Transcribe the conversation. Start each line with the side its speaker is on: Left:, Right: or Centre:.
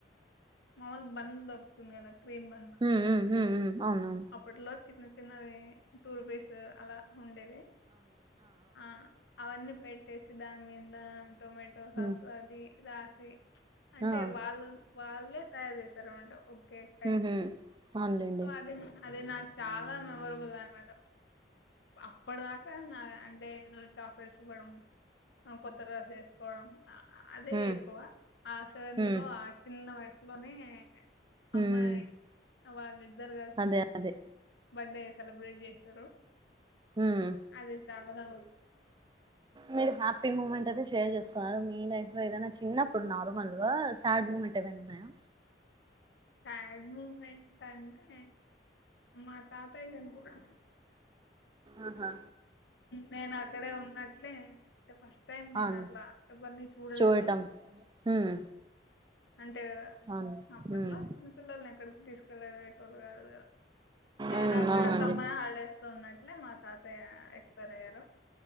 Left: మములు బన్ దొరుకుతుంది కదా క్రీమ్ బన్ మనకి
Right: ఊ ఉమ్ ఊ ఉమ్ అవునవును
Left: అప్పట్లో చిన్న చిన్నవి టూ రూపిస్ అలా ఉండేవి ఆ అవన్నీ పెట్టేసి దాని మీద టొమాటో సాస్
Right: ఉమ్
Left: అది రాసి అంటే
Right: ఆ
Left: వాళ్ళ వాళ్ళే తయారు చేసారనమాట కేక్ టైపు
Right: ఉహు అవునులేండి
Left: సో అది అది చాలా మెమరబుల్ అనమాట అప్పటి దాకా నా అంటే ఏదో చాక్లెట్స్ ఇవడం కొత్తగా చేస్కోడం ఆ అదే
Right: ఉమ్
Left: ఎక్కువ ఆ సెవెంత్
Right: ఉమ్
Left: లో ఆ చిన్న వయసు లోని అమ్మాయి
Right: ఉమ్
Left: వాళ్ళిద్దరు
Right: అదే అదే
Left: బడ్డే సెలబ్రేట్ చేశారు
Right: ఉమ్
Left: అది చాలా
Right: మీరు హ్యాపీ ముూమెంట్ అది షేర్ చేసుకున్నారు మీ లైఫ్ లో ఏదైనా చిన్నప్పుడు నార్మల్ గా సాడ్ మూమెంట్ ఏవైనా ఉన్నాయా
Left: సాడ్ మూమెంట్ అంటే మా తాతయ్య చనిపోడం
Right: ఆహా
Left: నేను అక్కడే ఉన్నట్లే అంటే ఫస్ట్ టైం నేను
Right: అవును
Left: అట్లా ఎవర్ని చూడలేదు
Right: చూడటం ఉమ్
Left: అంటే
Right: అవును
Left: అప్పట్లో
Right: ఉమ్
Left: చిన్నపిల్లల్ని ఎక్కడికి తీసుకెల్లేటోలు గాదు నేను
Right: ఉమ్
Left: అక్కడ
Right: అవునండి
Left: సమ్మర హాలిడేస్ లో ఉన్నట్లే మా తాతయ్య. ఎక్స్‌పైర్ అయ్యారు.